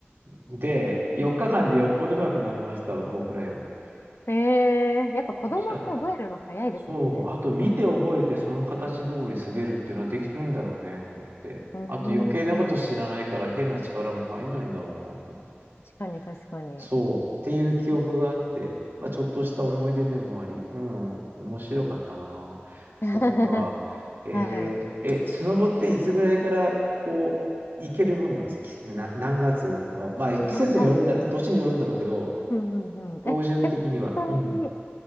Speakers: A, on the right; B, on the left.
A: う。で、4日間でよっぽど上手くなりました、僕らより。
B: <laughs> ええやっぱ子供って覚えるの早いですもんね。
A: できちゃった。そう、あと見て覚えてその形通り滑るっていうのはできてるんだろうね、と思って。
B: うん。
A: あと余計なこと知らないから変な力も入んないんだろうな、と思って。
B: 確かに、確かに。
A: そう、っていう記憶があって、まあ、ちょっとした思い出でもあり、うん、面白かったな。そっか。
B: <laughs>
A: えーえ、
B: はい。
A: スノボっていつぐらいからこう、行けるもんなのきな、何月の、まあ季節によるんだろう、
B: ああ、
A: 年によるんだろうけど、
B: うんうんうん。
A: 標準的には。
B: え、でも本当に、
A: うん。